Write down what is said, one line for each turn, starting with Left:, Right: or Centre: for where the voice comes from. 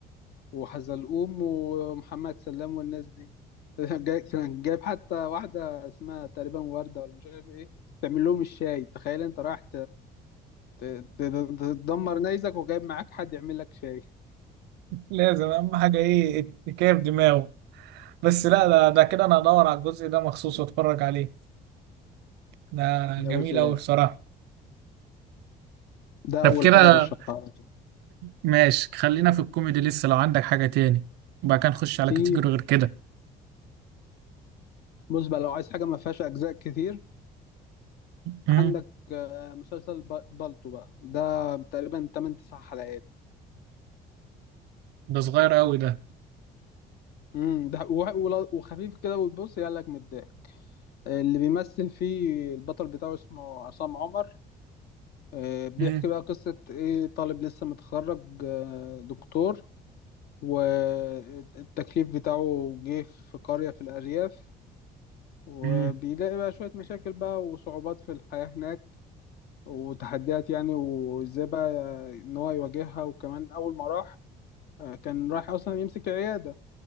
Left: وحزلقوم ومحمد سلام والناس دي <laughs> جاي- كان جايب حتى واحدة اسمها تقريبا وردة ولا مش عارف إيه تعمل لهم الشاي تخيل أنت رايح ت- ت- تدمر نيزك وجايب معاك حد يعمل لك شاي
Right: لازم اهم حاجه ايه كيف دماغه بس لا ده, ده كده انا ادور على الجزء ده مخصوص واتفرج عليه ده جميل
Left: ده جزء
Right: أوي
Left: ده
Right: بصراحة
Left: ده
Right: طب
Left: أول
Right: كده
Left: حاجة رشحها لك.
Right: ماشي خلينا في الكوميدي لسه لو عندك حاجة تاني وبعد كده نخش على
Left: في
Right: كاتيجوري غير كده
Left: بص بقى لو عايز حاجة ما فيهاش أجزاء كتير
Right: مم.
Left: عندك آه، مسلسل ب- بالطو بقى ده تقريبا 8 9 حلقات
Right: ده صغير أوي ده
Left: امم ده و- ولا- وخفيف كده وتبص يقلك من الضحك اللي بيمثل فيه البطل بتاعه اسمه عصام عمر آه، بيحكي
Right: مم.
Left: بقى قصة ايه طالب لسه متخرج آه، دكتور والتكليف بتاعه جه في قرية في الأرياف وبيلاقي
Right: مم.
Left: بقى شوية مشاكل بقى وصعوبات في الحياة هناك وتحديات يعني وازاي بقى ان هو يواجهها وكمان اول ما راح آه، كان راح اصلا يمسك عيادة